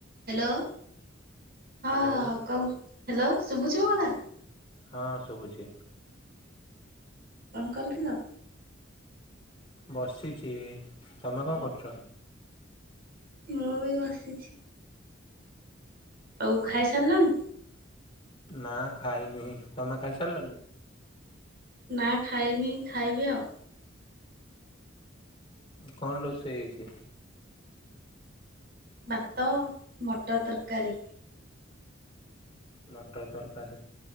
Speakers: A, on the right (about 55°); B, on the left (about 30°).
A: hello ହଁ
B: Hello
A: କହ hello. ଶୁଭୁଛିି ମୋ କଥା?
B: ହଁ ସୁବୁଚି।
A: କଣ କରୁଥିଲ?
B: ବସିଚି। ତମେ କଣ କରୁଚ?
A: ମୁଁ ବି ବସିଛି। ଆଉ ଖାଇସାରିଲଣି?
B: ନା ଖାଇନି। ତମେ ଖାଇସାରିଲଣି?
A: ନା ଖାଇନି ଖାଇବି ଆଉ।
B: କଣ ରୋଷେଇ ହେଇଛି?
A: ଭାତ ମଟର ତର କାରୀ।
B: ମଟର ତରକାରୀ।